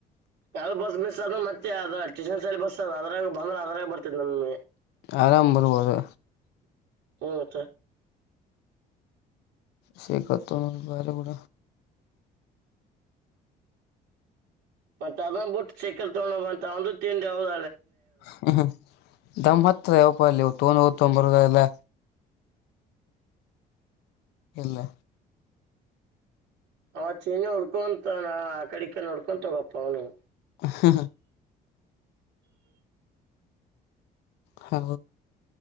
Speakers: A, on the right; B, on the left.
A: ಅಾವ ಬಸ್ ಮಿಸ್ ಆದ್ರೆ ಮತ್ತೆ ಅದ ಟ್ಯೂಷನ್ ಸಲಿ ಬಸ್ ಅದ ಅದಾಗ ಬಂದ್ರ ಅದ್ರಾಗ ಬರ್ತ್ ನಮಗೆ
B: ಆರಾಮ್ ಬರ್ಬೋದು
A: ಹ್ಮತ್ತ
B: ಶೇಗತ್ತು ಬರೆ ಕೂಡ
A: ಮತ್ತ ಅದ ಬಿಟ್ಟ ಸೈಕಲ್ ತೊೊಂಡಬ ಅಂತ ಒಂದು ತಿಂಡಿ ಹೌದ
B: ಹ್ಮ್ ಹ್ಮ್ ದಮ್ಮ್ ಹತ್ತದ ಯಾವಪ್ಪ ಅಲ್ಲಿ ತೊಂಡಗತ್ಡ್ ಬರುದಲ್ಲ ಇಲ್ಲ
A: ಅವ ಚಿಹನ್ನ ಉಡ್ಕೊಂತ ನ ಆ ಕಡಕ್ಕ ನೋಡ್ಕೊಂತ ಗಪ್ಪ ಅವನ
B: ಹ ಹ ಹೌ